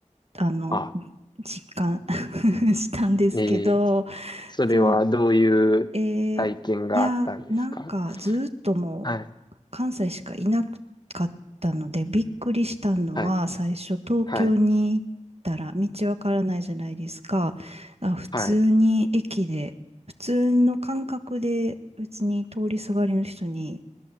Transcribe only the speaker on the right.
あの、
実感 <laughs> したんですけど、
そう、えーいや、なんかずーっともう関西しかいなかったので、
びっくりしたのは、
最初東京に行ったら道わからないじゃないですか。
あ、普通に駅で、
普通の感覚で別に通りすがりの人に